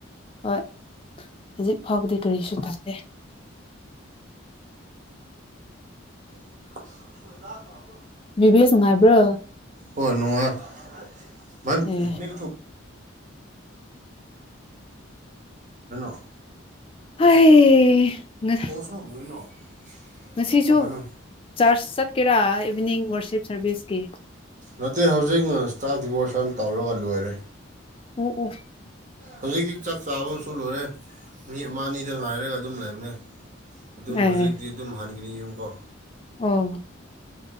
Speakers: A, on the left; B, on the right.
A: ꯍꯣꯏ ꯍꯧꯖꯤꯛ ꯐꯥꯎꯕꯗꯤ ꯀꯔꯤꯁꯨ ꯇꯧꯗꯦ꯫
B: <unintelligible>
A: ꯕꯤꯕ꯭ꯂꯦꯁ ꯅꯨꯡꯉꯥꯏꯕ꯭ꯔꯣ꯫
B: ꯍꯣꯏ ꯅꯨꯡꯉꯥꯏꯌꯦ
A: ꯑꯦ
B: <unintelligible> <unintelligible>
A: ꯍꯩ <unintelligible>
B: <unintelligible>
A: ꯉꯁꯤꯁꯨ
B: ꯇꯥꯈꯥꯅꯨ
A: ꯆꯥꯔꯖ ꯆꯠꯀꯦꯔꯥ ꯏꯚꯅꯤꯡ ꯋꯥꯔꯁꯤꯞ ꯁꯥꯔꯚꯤꯁꯀꯤ
B: ꯅꯠꯇꯦ ꯍꯧꯖꯤꯛ ꯏꯁꯇꯥꯐ ꯗꯤꯕꯣꯔꯁꯟ ꯇꯧꯔꯒ ꯂꯣꯏꯔꯦ
A: ꯎꯝ ꯎꯝ
B: ꯍꯧꯖꯤꯛꯇꯤ ꯆꯥꯛ ꯆꯥꯕ ꯑꯃꯁꯨ ꯂꯣꯏꯔꯦ ꯃꯤ ꯑꯃ ꯑꯅꯤꯗ ꯉꯥꯏꯔꯒ ꯑꯗꯨꯝ ꯂꯩꯕꯅꯦ ꯑꯗꯨꯝ
A: ꯑꯦ
B: ꯍꯧꯖꯤꯛꯇꯤ ꯑꯗꯨꯝ ꯍꯟꯒꯅꯤ ꯌꯨꯝꯀꯣ
A: ꯑꯣ